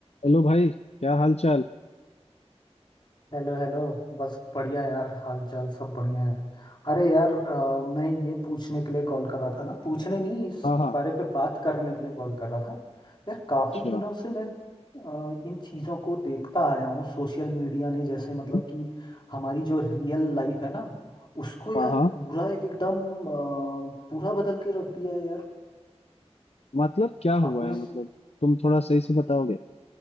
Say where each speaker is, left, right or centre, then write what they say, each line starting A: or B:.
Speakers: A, on the left; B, on the left.
A: Hello भाई क्या हाल चाल
B: Hello hello बस बढ़िया यार हाल चाल सब बढ़िया है अरे यार अ, मैं ये पूछने के लिए कॉल कर रहा था ना पूछने नहीं इस
A: हाँ हाँ
B: बारे पे बात करने के लिए कॉल कर रहा था यार काफ़ी
A: अच्छा
B: दिनों से मैं अ, इन चीज़ों को देखता आया हूँ सोशल मीडिया ने जैसे मतलब
A: हम्म,
B: कि हमारी जो रियल लाइफ है ना उसको यार
A: हाँ हाँ
B: पूरा एकदम अ, पूरा बदल के रख दिया है यार
A: मतलब क्या
B: आपने
A: हुआ है मतलब तुम थोड़ा सही से बताओगे